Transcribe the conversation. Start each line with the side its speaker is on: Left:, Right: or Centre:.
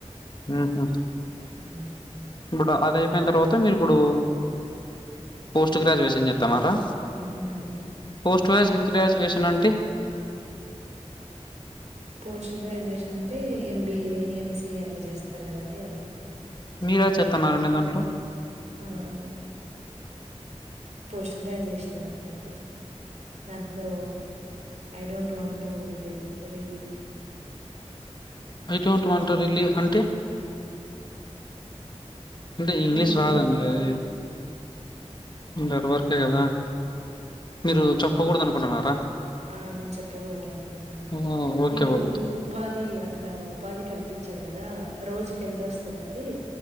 Left: మ్ హూ
Right: ఆ <inaudible>
Left: ఇప్పుడు అది అయిపోయిన తర్వాత మీరు ఇప్పుడు పోస్ట్ గ్రాడ్యుయేషన్ చెత్తాన్నారా
Right: అవునండి
Left: పోస్ట్ గ్రా
Right: ఆ!
Left: గ్రాడ్యుయేషన్ అంటే?
Right: పోస్ట్ గ్రాడ్యుయేషన్ అంటే ఎంబీఏ, ఎంసిఏ అట్లా చేస్తారు కదండి అవి.
Left: మీరే ఏది చేతన్నారండి దాంట్లో.
Right: ఆ మ్ పోస్ట్ గ్రాడ్యుయేషన్ అండి అంతే దాంట్లో I don't want to reveal.
Left: I don't వాంట్
Right: ఆ
Left: టు రీవిల్ అంటే? అంటే ఇంగ్లీష్
Right: నేను
Left: రాదండి అదే ఇంటర్ వరకే కదా మీరు చెప్పకూడదు అనుకుంటున్నారా?
Right: ఆ నేను చెప్పకూడదు అనుకుంటున్నానండి
Left: ఓ ఓకే
Right: మీకు
Left: ఓ
Right: ఉపాధి అక్కడ ఉపాధి కల్పించారు కదా? రోజుకి ఎంత వస్తాదండీ?